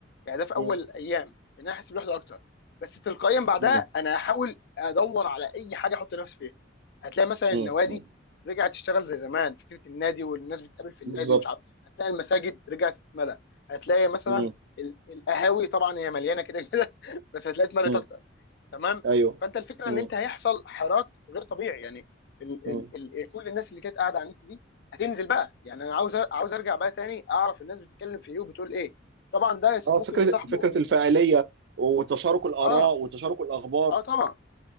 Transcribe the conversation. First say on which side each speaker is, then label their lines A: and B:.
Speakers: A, on the left (about 60°); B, on the right (about 65°).
A: يعني ده في اول
B: مم.
A: ايام ان انا احس بالوحده اكتر بس تلقائيا بعدها
B: مم.
A: انا هحاول ادور على اي حاجه احط نفسي فيها هتلاقي مثلا
B: مم.
A: النوادي
B: مم.
A: رجعت تشتغل زي زمان فكره النادي والناس بتقابل في النادي
B: بالظبط
A: ومش عارف هتلاقي المساجد رجعت تتملى هتلاقي مثلا
B: مم.
A: ال- القهاوي طبعا هي مليانه كده كده <laughs> بس هتلاقي اتملت
B: مم.
A: اكتر تمام
B: ايوه
A: فانت الفكره
B: مم.
A: ان انت هيحصل حراك غير طبيعي يعني ال
B: مم.
A: ال ال كل الناس اللي كانت قاعده على النت دي هتنزل بقى يعني انا عاوز أ- عاوز ارجع بقى تاني اعرف الناس بتتكلم في ايه وبتقول ايه طبعا ده يس-
B: اه
A: ممكن
B: فكره
A: يصاحبه
B: فكره
A: ان
B: الفاعليه وتشارك الاراء
A: اه
B: وتشارك الاخبار
A: اه طبعا